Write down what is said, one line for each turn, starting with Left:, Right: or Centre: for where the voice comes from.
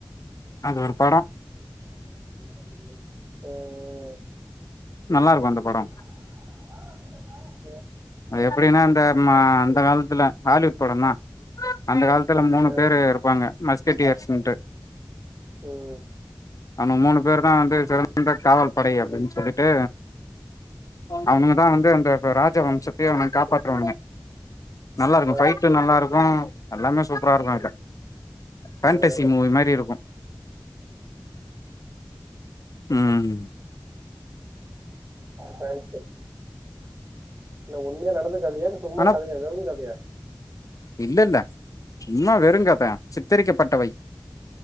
Left: அது ஒரு படோ
Right: அ அ அ
Left: நல்லா இருக்கு‌ அந்த படோ
Right: <unintelligible>
Left: அது எப்டின்னா அந்த அந்த காலத்துல ஹாலிவுட் படோதா அந்த காலத்துல மூணு
Right: ஆ, ஆ,
Left: பேரு இருப் பாங்க மஸ்கட் இயர்ஸ்ட்டு
Right: ம்
Left: அவன மூணு பேருதா வந்து சிறந்த காவல் படை அப்டின்னு சொல்லிட்டு அவுனுங்கதா வந்து அந்த ராஜா வம்சத்தையே அவுனுங்க காப்பாத்துறவங்க நல்லா இருக்கு
Right: ஆ
Left: ஃபைட் நல்லா இருக்கு எல்லாமே சூப்பரா இருக்கு அதுல பேண்டசி
Right: ஆ
Left: மூவி மாரி இருக்கு ம்
Right: பேண்டசி இல்ல உண்மைய நடந்த கதையா இல்ல சும்மா
Left: ஆனா
Right: கதையா வெறு கதையா
Left: இல்ல இல்ல சும்மா வெறு கத சித்தரிக்கப்பட்டவை